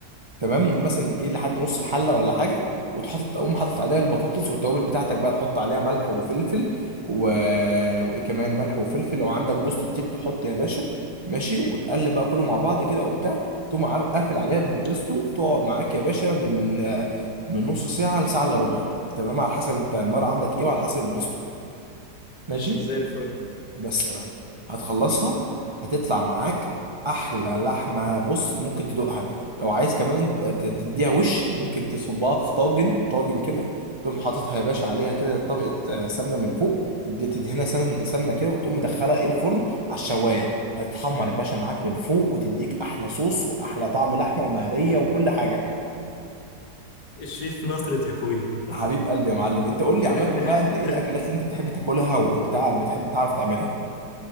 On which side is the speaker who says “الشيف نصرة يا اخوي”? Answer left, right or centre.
Left